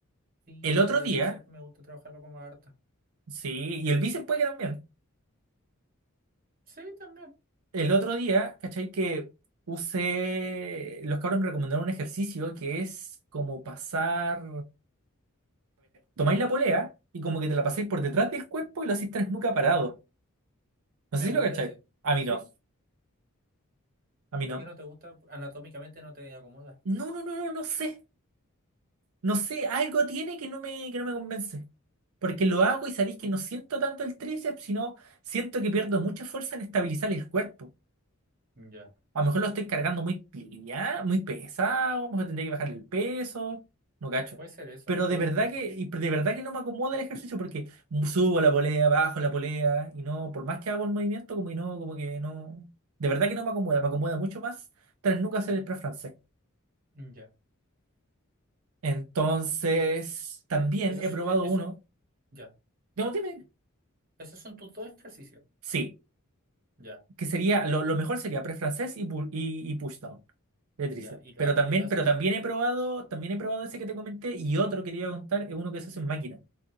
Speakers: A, on the right; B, on the right.
A: Sí,
B: El
A: a mí
B: otro
A: igual
B: día,
A: el tríceps me gusta trabajarlo como harta.
B: sí, y el bíceps puede que también.
A: Sí, también.
B: El otro día, ¿cachai? Que usé, los cabros me recomendaron un ejercicio que es como pasar, tomáis la polea y como que te la pasáis por detrás del cuerpo y lo hacís tres nuca parado. No
A: Me
B: sé si
A: gusta
B: lo cachai.
A: ese.
B: A mí
A: ¿Sí?
B: no. A mí
A: ¿Por
B: no.
A: qué no te gusta? Anatómicamente no te acomoda.
B: No, no, no, no, no sé. No sé, algo tiene que no me, que no me convence. Porque lo hago y sabéis que no siento tanto el tríceps, sino siento que pierdo mucha fuerza en estabilizar el cuerpo.
A: Ya.
B: A lo mejor lo estoy cargando muy pilla, muy pesado, a lo mejor tendré que bajar el peso, no cacho.
A: Puede ser eso,
B: Pero
A: puede
B: de verdad
A: ser eso.
B: que, y de verdad que no me acomoda el ejercicio porque subo la polea, bajo la polea, y no, por más que hago el movimiento, como que no, como que no. De verdad que no me acomoda, me acomoda mucho más tras nunca hacer el press francés
A: Ya.
B: Entonces, también
A: Eso
B: he
A: es-
B: probado
A: e- eso,
B: uno.
A: ya.
B: No, dime, dime.
A: Esos son tus dos ejercicios.
B: Sí,
A: Ya,
B: que sería, lo, lo mejor sería press francés y, pu- y, y pushdown de tríceps.
A: ya. Y lo,
B: Pero
A: ha-
B: también,
A: y lo hace
B: pero
A: el.
B: también he probado, también he probado ese que te comenté y otro que te iba a contar es uno que se hace en máquina.